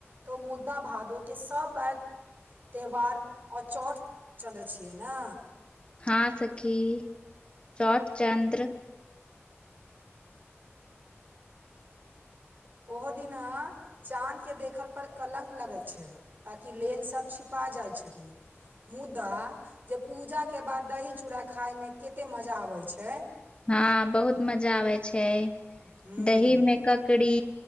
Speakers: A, on the right; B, on the left.
A: तो मुद्दा भादो के सबै त्यौहार आ चौठ चन्द्र छियै ने
B: हाँ सखी चौठचन्द्र
A: ओहो दिना चाँद के देखल पर कलंक लगै छै ताकि लेल सब छिपा जाइ छथिन मुदा जे पूजाके बाद दही चूड़ा खायमे केते मजा आबैत छै
B: हँ बहुत मजा आबे छै
A: हूँ
B: दही मे ककड़ी